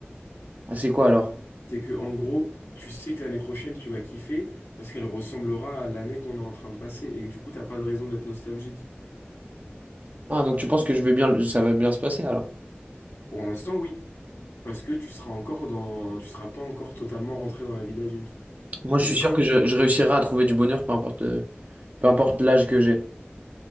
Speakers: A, on the right; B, on the left.
A: Ah, c'est quoi alors?
B: C'est que en gros, tu sais que l'année prochaine, tu vas kiffer parce qu'elle ressemblera à l'année qu'on est en train de passer et que du coup, t'as pas de raison d'être nostalgique.
A: Ah, donc tu penses que je vais bien, ça va bien se passer alors?
B: Pour l'instant, oui, parce que tu seras encore dans, tu seras pas encore totalement rentré dans la vie d'adulte.
A: Moi,
B: Mais
A: je suis sûr
B: quand,
A: que je, je réussirai à trouver du bonheur, peu importe, euh, peu importe l'âge que j'ai.